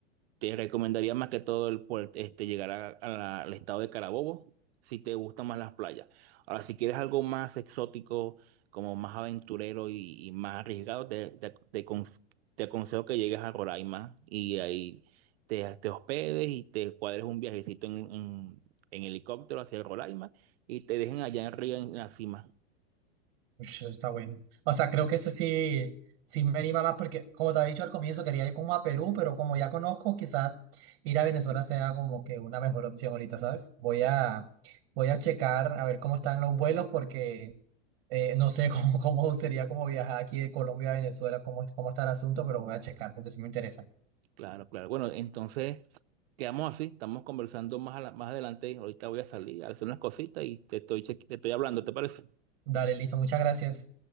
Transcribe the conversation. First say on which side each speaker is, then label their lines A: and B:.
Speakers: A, on the right (about 65°); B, on the right (about 40°).
A: Te recomendaría más que todo el puer- este, llegar a- a la- al estado de Carabobo si te gustan más las playas. Ahora, si quieres algo más exótico, como más aventurero y, y más arriesgado, te, te, te con- te aconsejo que llegues a Roraima y ahí te, te hospedes y te cuadres un viajecito en, en- en helicóptero hacia Roraima y te dejen allá arriba en la cima.
B: Ush, eso está bueno. O sea, creo que ese sí, sí me anima más porque, como te había dicho al comienzo, quería ir como a Perú, pero como ya conozco, quizás ir a Venezuela sea como que una mejor opción ahorita, ¿sabes? Voy a, voy a checar a ver cómo están los vuelos porque eh, no sé <laughs> cómo, cómo sería como viajar aquí de Colombia a Venezuela, cómo, cómo está el asunto, pero voy a checar porque sí me interesa.
A: Claro, claro. Bueno, entonces quedamos así, estamos conversando más, a la- más adelante. Ahorita voy a salir a hacer unas cositas y te estoy, che- te estoy hablando, ¿te parece?
B: Dale, listo, muchas gracias.